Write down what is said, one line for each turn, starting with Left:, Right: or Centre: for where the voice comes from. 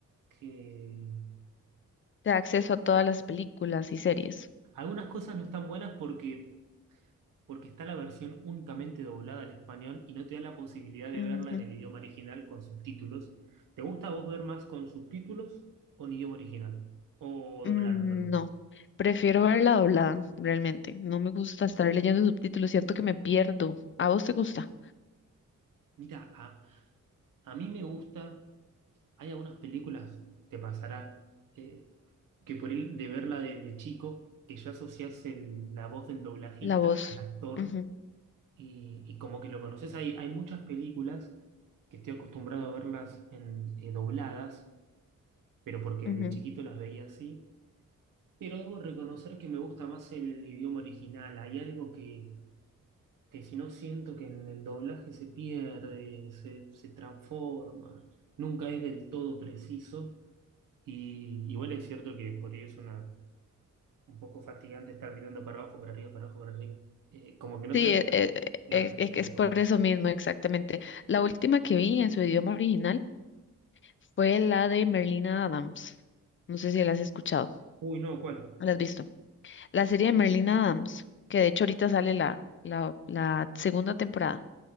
Right: que
Left: de acceso a todas las películas y series.
Right: y algunas cosas no están buenas porque, porque está la versión únicamente doblada al español y no te da la posibilidad de
Left: Ujú.
Right: verla en el idioma original con subtítulos. ¿Te gusta a vos ver más con subtítulos o en idioma original? O
Left: Mm,
Right: doblada, perdón.
Left: no, prefiero verla doblada, realmente. No me gusta estar leyendo subtítulos, siento que me pierdo. ¿A vos te gusta?
Right: Mira, a, a mí me gusta, hay algunas películas, te pasará, eh, que por el de verla de, de chico, que ya asocias el- la voz del doblajista
Left: La voz.
Right: al actor
Left: Ujú,
Right: y, y como que lo conoces, hay, hay muchas películas que estoy acostumbrado a verlas en, eh, dobladas, pero porque
Left: ujú.
Right: de chiquito las veía así. Pero debo reconocer que me gusta más el idioma original. Hay algo que, que si no siento que en el doblaje se pierde, se, se transforma, nunca es del todo preciso. Y igual es cierto que por ahí es una, un poco fatigante estar mirando para abajo, para arriba, para abajo, para arriba. Eh, como que no
Left: Sí,
Right: te
Left: e- e-
Right: de
Left: e-
Right: apreciar
Left: es, que es por
Right: todo.
Left: eso mismo, exactamente. La última que vi en su idioma original fue la de Merlina Adams. No sé si la has escuchado,
Right: Uy, no, ¿cuál?
Left: o la has visto. La serie de Merlina Adams, que de hecho ahorita sale la, la, la segunda temporada.